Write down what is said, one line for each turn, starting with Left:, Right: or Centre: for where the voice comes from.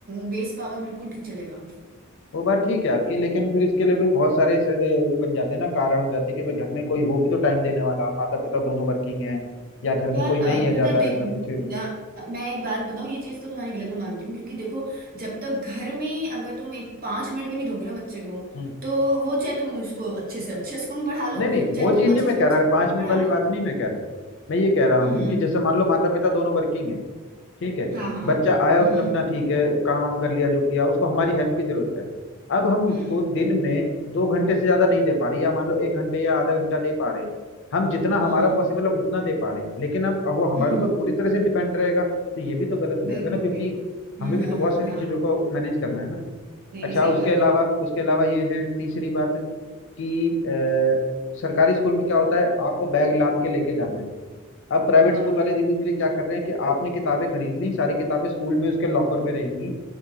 Right: बेस पावर बिल्कुल ठीक चलेगा
Left: वो बात ठीक है आपकी लेकिन फिर इसके लिए भी बहुत सारे सर, ए, वो बन जाते हैं ना कारण हो जाते हैं कि भाई घर में कोई हो भी तो टाइम देने वाला माता पिता दोनों वर्किंग है या घर
Right: यार
Left: में कोई
Right: अ,
Left: नहीं है
Right: पता
Left: ज्यादा
Right: है देख
Left: ऐसा कुछ
Right: अ, मैं एक बात बताऊं ये चीज तो तुम्हारी गलत मैं मानती हूँ क्योंकि देखो जब तक घर में अगर तुम एक पांच मिनट भी नहीं दोगे ना बच्चे को
Left: हम्म
Right: तो वो चाहे तुम उसको अच्छे से अच्छे स्कूल में पढ़ा लो
Left: नहीं नहीं वो
Right: चाहे
Left: चीज
Right: तुम अच्छे
Left: नहीं मैं
Right: से
Left: कह
Right: अच्छे
Left: रहा
Right: स्कूल
Left: पांच
Right: में
Left: मिनट
Right: पढ़ा
Left: वाली
Right: लो
Left: बात नहीं मैं कह रहा मैं ये कह रहा
Right: हम्म
Left: हूँ कि जैसे मान लो माता पिता दोनों वर्किंग है ठीक है
Right: हाँ हाँ
Left: बच्चा आया
Right: हम्म
Left: उसने अपना ठीक है काम वाम कर लिया जो किया उसको हमारी हेल्प की जरूरत है अब हम उसको
Right: हम्म
Left: दिन में दो घंटे से ज्यादा नहीं दे पा रहे या मान लो एक घंटे या आधा घंटा दे पा रहे हैं हम जितना हमारा
Right: हाँ हाँ
Left: पॉसिबल
Right: हाँ
Left: हम उतना दे पा रहे हैं लेकिन अब अब वो हमारे
Right: हम्म
Left: ऊपर
Right: हम्म,
Left: पूरी तरह से डिपेंड रहेगा तो ये भी तो गलत हो जाएगा
Right: बिल्कुल
Left: ना क्योंकि
Right: बिल्कुल
Left: हमें
Right: हम्म
Left: भी
Right: हम्म
Left: तो बहुत
Right: हम्म,
Left: सारी
Right: हाँ
Left: चीजों
Right: हाँ
Left: को मैनेज करना है ना
Right: नहीं
Left: अच्छा
Right: नहीं सही
Left: उसके
Right: बात
Left: अलावा
Right: है
Left: उसके अलावा ये है तीसरी बात कि अ, सरकारी स्कूल में क्या होता है आपको बैग लाद के लेके जाना है अब प्राइवेट
Right: हाँ
Left: स्कूल वाले धीरे धीरे क्या कर रहे हैं कि आपने किताबें खरीद ली सारी किताबें स्कूल में उसके लॉकर में रहेंगी